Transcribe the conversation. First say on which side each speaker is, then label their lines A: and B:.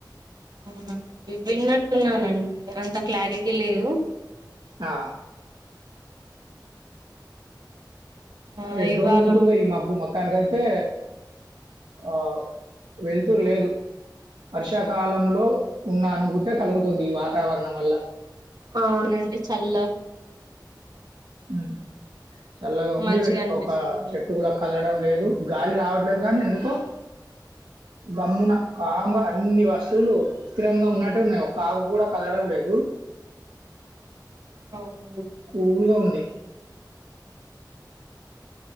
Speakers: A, on the right (about 60°); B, on the right (about 85°).
A: అవునా విన్నట్టున్నానండి అంత క్లారిటీ లేదు.
B: ఆ!
A: ఆ
B: ఎన్ని
A: ఇవాళ
B: రోజులుంటుందో ఈ మబ్బు మొ త్తానికైతే ఆ వెలుతురు లేదు వర్షా కాలంలో ఉన్న అనుభూతే కలుగుతుంది ఈ వాతావరణం వల్ల.
A: అవునండి చల్ల
B: మ్ చల్లగా ఉంది
A: మంచిగా అనిపిస్తుంది
B: ఒక చెట్టు కూడా కదలడం లేదు గాలి రావడం లేదు కానీ ఎందుకో గమ్మున కాముగ
A: ఆ
B: అన్ని వస్తువులు స్థిరంగా ఉన్నట్టు ఉన్నాయి ఒక ఆకు కూడా కదలడం లేదు
A: అవు
B: కూల్గా ఉంది